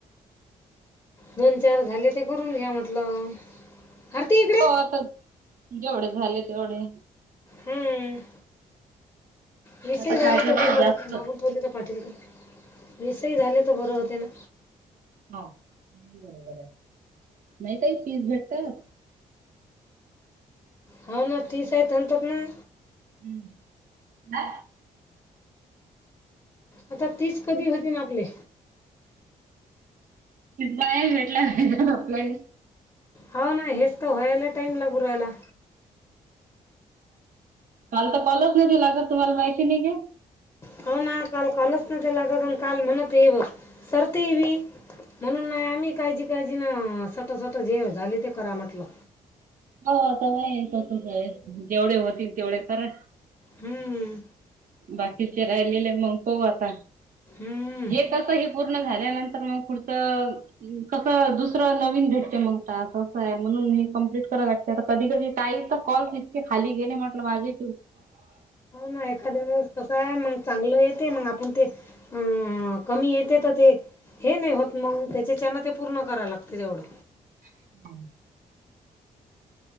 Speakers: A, on the left; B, on the right.
A: दोन चार झाले ते करून घ्या म्हटलं आरती इकडे
B: हो आता जेवढे झाले तेवढे
A: हम्म विषे
B: आता काय करता
A: त बरो
B: जास्त
A: मगून प पाटीलग विसही झाले तर बरं होते ना
B: हा बरोबर आहे नाही तई तीस भेटतस
A: ह ना ठीस आहे तन ततना
B: हम्म ना
A: आता तीच कधी होती ना आपले
B: बाहे भेटला पाहिज आपल्याने
A: ह ना हस तरो होय आलले टाइम लागूरेला.
B: काल तर कॉलच न लागत तुम्हाला माहिती नाही घे.
A: हो ना काल कालच लागत काल म्हणती येव सरतिची म्हणून नाही आम्ही काळजी काळजी ना सटसट जे झाले ते करा म्हटलं.
B: हो आता मा त आहे जेवढे होतील तेवढे करा.
A: हम्म
B: बाकीचे राहिलेले मग पाहू आता.
A: हम्म
B: हे कस पूर्ण झाल्यानंतर मग पुढंच कस दुसर नवीन भेटतय. मग काय असच आहे म्हणून मी कंप्लीट राग कधी कधी काही तर कॉल इतके खाली गेले म्हटलं मागे
A: हो एखाद्या वेळेस कस आहे मग चांगलं येते मग आपण ते अं,
B: <inaudible>
A: कमी येते तर ते हे नाही होत मग त्याच्याच्यान ते पूर्ण करायला लागते तेवढं.
B: <inaudible>